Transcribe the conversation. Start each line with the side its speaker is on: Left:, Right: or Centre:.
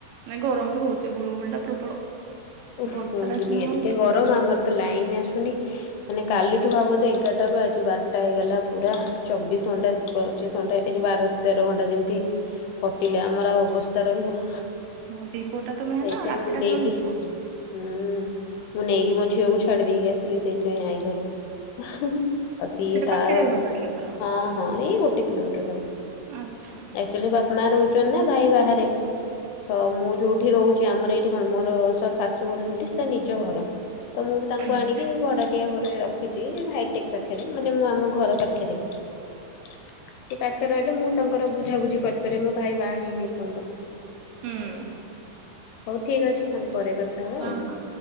Right: ନାଇଁ ଗରମ ବି ହଉଛି ଗୁଳୁଗୁଳି ଟା ପ୍ରବଳ।
Left: ଓଃ
Right: ବର୍ଷା
Left: କୁହନ୍ତୁନି
Right: ଟା ସିନା
Left: ଏତେ
Right: ହଉଛି
Left: ଗରମ
Right: ଗୁଳୁଗୁଳି
Left: ଆମର ତ ଲାଇନ ଆସୁନି ମାନେ କାଲି। ଠୁ ଭାବନ୍ତୁ ଏଗାରଟାରୁ ଆଜି ବାରଟା ହେଇଗଲା ପୁରା ଚବିଶ ଘଣ୍ଟା ପଚିଶ ଘଣ୍ଟା ଏ ଯଉ ବାର ତେର ଘଣ୍ଟା ଯେମିତି କଟିଲେ ଆମର ଆଉ ଅବସ୍ଥା ରହିବ।
Right: ହ ଦିପହର ଟା ତ ମେନ
Left: ସେଇଥିପାଇଁ
Right: ଆଉ ରାତିଟା
Left: ମୁଁ ନେଇକି
Right: ଚଳିଯିବ।
Left: ହୁଁ ମୁଁ ନେଇକି ମୋ ଝିଅକୁ ଛାଡି ଦେଇକି ଆସିଲି ସେଇଥିପାଇଁ ଆଈ ଘରେ ଆଉ ସିଏ
Right: ସେଟା
Left: ତା
Right: ପାଖରେ
Left: ହଁ
Right: ଘର ତାହେଲେ ଘର
Left: ହଁ ଏଇ ଗୋଟେ କିଲୋମିଟର ହବ
Right: ଆଚ୍ଛା
Left: ଆକ୍ଚୁଆଲି ବାପା ମା ରହୁଛନ୍ତି ନା। ଭାଇ ବାହାରେ ତ ମୁଁ ଯୋଉଠି ରହୁଛି ଆମର ଏଇଠି କଣ ମୋର ଶାଶ ଶୁ ଘର ଯୋଉଠି ସେଇଟା ନିଜ ଘର। ତ ମୁଁ ବି ତାଙ୍କୁ
Right: ହୁଁ
Left: ଆଣିକି ଭଡାଟିଆ ଘରେ ରଖିଛି ହାଇଟେକ୍ ପାଖରେ ମାନେ ମୁଁ ଆମ ଘର ପାଖରେ। ପାଖରେ ହିଁ ସେ ପାଖରେ ରହିଲେ ମୁଁ ତାଙ୍କୁ ତାଙ୍କର ବୁଝାବୁଝି କରିପାରିବି ମୋ ଭାଇ ବାହା ହେଇନି ଏ ପର୍ଯ୍ୟନ୍ତ ଏଇଥିପାଇଁ
Right: ହୁଁ
Left: ଆଉ ହଉ ଠିକ ଅଛି ଆମେ ପରେ କଥା। ହବା
Right: ହଁ
Left: ଆଉ।
Right: ହଁ।